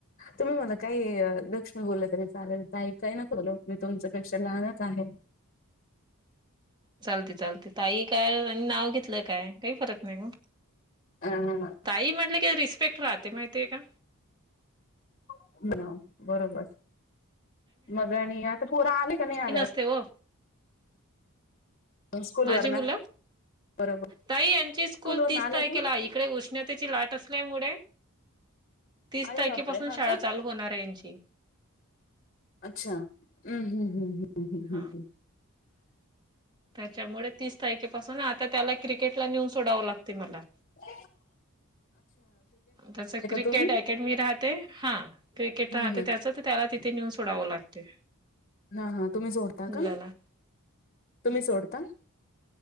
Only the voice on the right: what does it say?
चालते चालते ताई काय आणि नाव घेतलं काय काही परत नाही ग
ताई म्हटलं की रिस्पेक्ट राहते माहितीये का
अस हो
माझी
मुलं
ताई यांची स्कूल
तीस
तारखेला
इकडेष् उष्णतेची लाट असल्यामुळे तीस
तारखेपासून
शाळा
चालू होणार आहे यांची
हा
त्याच्यामुळे तीस तारखेपासून आता त्याला क्रिकेटला नेऊन सोडावं लागते मला
त्याच क्रिकेट
अकॅडमी राहते हा क्रिकेट
राहते
त्याचच त्याला तिथे नेऊन सोडावं लागते
मुलाला